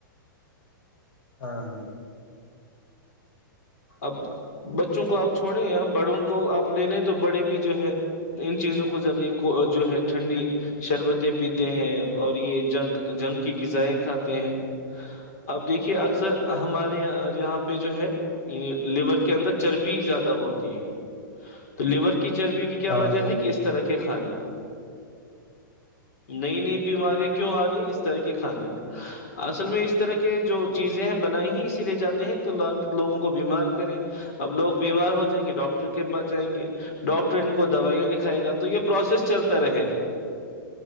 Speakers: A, on the left; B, on the left.
A: ہاں ہاں
B: اب بچوں کو آپ چھوڑیں اں بڑوں کو آپ لے لیں تو بڑے بھی جو ہے ان چیزوں کو ذدہ کو جو ہے ٹھنڈی شربتیں پیتے ہیں اور یہ جنگ جنک کی غذائیں کھاتے ہیں اب دیکھیے اکثر ہمارے یہ یہاں پہ جو ہے لیور کے اندر چربی زیادہ ہوتی ہے تو لیور کی کی چربی کی کیا
A: ہاں
B: وجہ ہے کہ اس طرح کی کے کھانے نئی نئی بیماریاں کیوں آ رہی ہیں اس طرح کے کھانے اصل میں اس طرح کے جو
A: ہاں
B: چیزیں ہیں بنائی ہی اس لے جاتے ہیں توووں کو بیمار کریں اب لوگ بیمار ہو جائیں گے ڈاکٹر کے پاس جائیں گے ڈاکٹر ان کو دوائیا لکھائے گا تو یہ پروسیس چلتا رہے گا